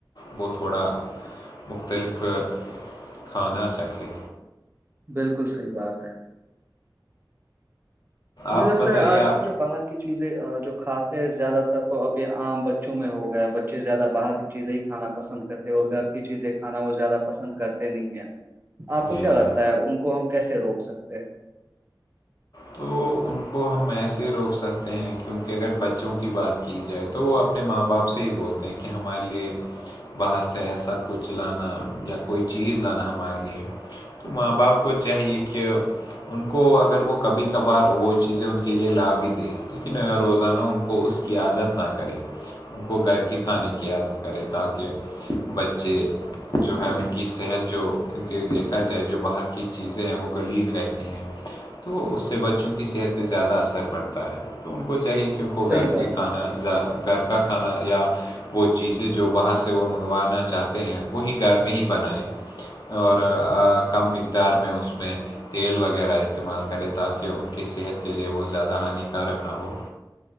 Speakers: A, on the left; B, on the right.
A: وہ تھوڑا مختلف کھانا چاہے
B: بالکل صحیح بات ہے مجھے
A: آپ
B: لگتا
A: بتائیے
B: ہے آج
A: آ-
B: کل جو باہر کی چیزیں جو کھاتے ہیں زیادہ تر تو اب یہ عام بچوں میں ہو گیا بچے زیادہ باہر کی چیزیں ہی کھانا پسند کرتے اور گھر کی چیزیں کھانا وہ زیادہ پسند کرتے نہیں ہے آپ کو
A: جی
B: کیا
A: جی
B: لگتا ہے ان کو ہم کیسے روک سکتے ہیں
A: تو ان کو ہم ایسے روک سکتے ہیں کیونکہ اگر بچوں کی بات کی جائے تو وہ اپنے ماں باپ سے ہی بولتے ت کہہ ہمارے لیے باہر سے ایسا کچھ لانا یا کوئی چیز لانا ہمارے لیے تو ماں باپ کو چاہیے کہ ان کو اگر وہ کبھی کبھار وہ چیزیں ان کے لیے لا بھی دے لیکن روزانہ ان کو اس کی عادت نہ کرے ان کو گھر کے کھانے کی عادت کرے تاکہ بچے جو ہے ان کی صحت جو کیونکہ دیکھا جائے جو باہر کی چیزیں ہیں وہ گلیز رہتی ہیں تو اس سے بچوں کی صحت پہ زیادہ اثر پڑتا ہے تو ان کو چاہیے کہ ان کو گھر
B: صحیح بات
A: کے کھانا
B: ہے
A: ذ گھر کا کھانا یا وہ چیزیں جو باہر سے وہ منگوانا چاہتے ہیں وہی گھر میں ہی بنائے اور کم مقدار میں اس میں تیل وغیرہ استعمال کرے تاکہ ان کی صحت کے لیے وہ زیادہ ہانیکارک نہ ہو